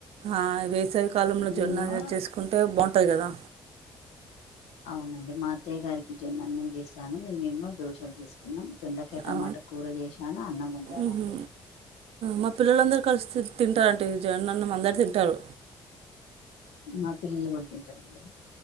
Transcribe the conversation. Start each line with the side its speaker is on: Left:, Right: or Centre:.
Right: ఆ వేసవి కాలంలో
Left: నేనేమో
Right: జొన్నలు చేసుకుంటే బావుంట టాయి కదా
Left: అవునండి మా అత్తయ్య గారికి జొన్న అన్నం చేశాను మేమేమో దోశలు చేసుకున్నాం దొండకాయ టమాట
Right: ఆ
Left: కూర చేసాను అన్నం వండాను
Right: ఉహు
Left: అండి
Right: మా పిల్లలందరూ కలిసి తింటారుంటే జొన్న అన్నం అందరూ తింటారు
Left: మా పిల్లలు కూడా తింటారండి